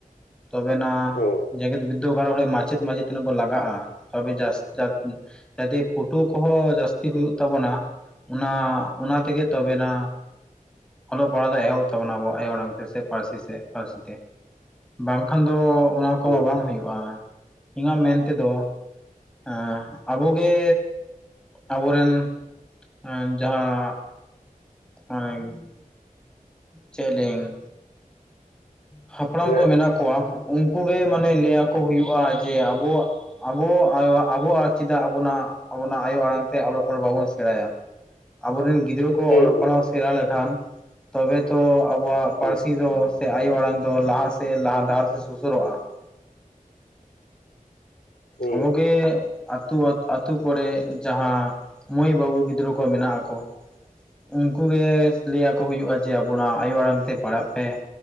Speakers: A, in the centre; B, on the left.
A: ᱛᱚᱵᱮᱱᱟᱜ
B: ᱦᱩᱸ
A: ᱡᱮᱜᱮᱫ ᱵᱤᱫᱽ <unintelligible> ᱢᱟᱪᱮᱫ ᱢᱟᱪᱮᱫ ᱛᱤᱱᱟᱹᱜ ᱵᱚᱱ ᱞᱟᱜᱟᱜᱼᱟ ᱛᱚᱵᱮ ᱡᱟ <unintelligible> <unintelligible> ᱯᱷᱳᱴᱳ ᱠᱚᱦᱚᱸ ᱡᱟᱹᱥᱛᱤ ᱦᱳᱭᱳᱜ ᱛᱟᱵᱚᱱᱟ, ᱚᱱᱟ ᱚᱱᱟ ᱛᱮᱜᱮ ᱛᱚᱵᱮᱱᱟᱜ᱾ ᱚᱞᱚᱜ ᱯᱟᱲᱦᱟᱜ ᱫᱚ ᱮᱦᱚᱵ ᱛᱟᱵᱚᱱᱟ, ᱟᱵᱚ ᱟᱭᱳ ᱟᱲᱟᱝ ᱛᱮ ᱥᱮ, ᱯᱟᱹᱨᱥᱤ ᱥᱮ ᱯᱟᱹᱨᱥᱤ ᱛᱮ᱾ ᱵᱟᱝᱠᱷᱟᱱ ᱫᱚ, ᱚᱱᱟ ᱠᱚᱢᱟ
B: ᱦᱩᱸ
A: ᱵᱟᱝ ᱦᱳᱭᱳᱜᱼᱟ᱾ ᱤᱧᱟᱜ ᱢᱮᱱ ᱛᱮᱫᱚ ᱦᱮᱸ ᱟᱵᱚ ᱜᱮᱻ ᱟᱵᱚ ᱨᱮᱱ ᱮᱸ ᱡᱟᱦᱟᱸ ᱼᱼ <unintelligible> ᱪᱮᱜ ᱞᱤᱝ ᱼᱼ ᱦᱟᱯᱲᱟᱢ
B: ᱦᱩᱸ ᱦᱮᱸ
A: ᱠᱚ ᱢᱮᱱᱟᱜ ᱠᱚᱣᱟ, ᱩᱱᱠᱩ ᱜᱮ ᱢᱟᱱᱮ ᱞᱟᱹᱭ ᱟᱠᱚ ᱦᱩᱭᱩᱜᱼᱟ ᱾ ᱡᱮ ᱟᱵᱚᱣᱟᱜ, ᱟᱵᱚ ᱟᱭᱳᱣᱟᱜ ᱼᱼ ᱟᱵᱚ ᱟᱨ ᱪᱮᱫᱟᱜ ᱟᱵᱚᱱᱟᱜ ᱟᱵᱚᱱᱟᱜ ᱟᱭᱳ ᱟᱲᱟᱝ ᱛᱮ ᱚᱞᱚᱜ ᱯᱟᱲᱦᱟᱜ ᱵᱟᱵᱚᱱ ᱥᱮᱬᱟᱭᱟ? ᱟᱵᱚ ᱨᱮᱱ ᱼᱼ ᱜᱤᱫᱽᱨᱟᱹ ᱠᱚ ᱚᱞᱚᱜ
B: ᱦᱩᱸ ᱦᱩᱸ
A: ᱯᱟᱲᱦᱟᱣ ᱥᱮᱬᱟ ᱞᱮᱠᱷᱟᱱ, ᱛᱚᱵᱮ ᱛᱚ ᱟᱵᱚᱣᱟᱜ ᱯᱟᱹᱨᱥᱤ
B: ᱦᱩᱸ
A: ᱫᱚ ᱥᱮ ᱟᱭᱳ ᱟᱲᱟᱝ ᱼᱼ ᱫᱚ ᱞᱟᱦᱟ ᱥᱮᱫ ᱞᱟᱦᱟ ᱰᱟᱦᱟᱨ ᱥᱮᱫ ᱥᱩᱥᱟᱹᱨᱚᱜᱼᱟ ᱾
B: ᱦᱩᱸ
A: ᱟᱵᱚ ᱜᱮᱻ ᱟᱛᱳ ᱟᱛᱳ ᱠᱚᱨᱮ ᱡᱟᱦᱟᱸ ᱢᱟᱹᱭ ᱵᱟᱹᱵᱩ ᱜᱤᱫᱽᱨᱟᱹ ᱠᱚ ᱢᱮᱱᱟᱜ ᱟᱠᱚᱣᱟ ᱾ ᱩᱱᱠᱩ ᱜᱮ ᱞᱟᱹᱭ ᱟᱠᱚ ᱦᱩᱭᱩᱜᱼᱟ ᱡᱮ ᱟᱵᱚᱱᱟᱜ ᱟᱭᱳ ᱟᱲᱟᱝ ᱛᱮ ᱯᱟᱲᱦᱟᱜ ᱯᱮ ᱾